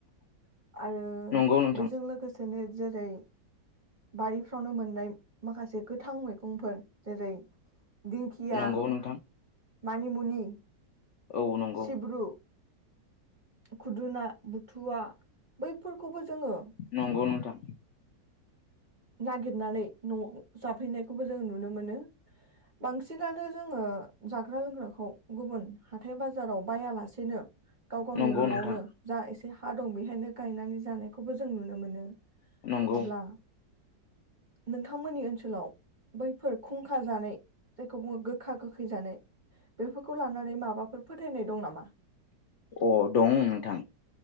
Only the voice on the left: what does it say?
नंगौ नोंथां
नंगौ नोंथां
औ नंगौ
नंगौ नोंथां
नंगौ
नोंथां
नंगौ
अ दं नोंथां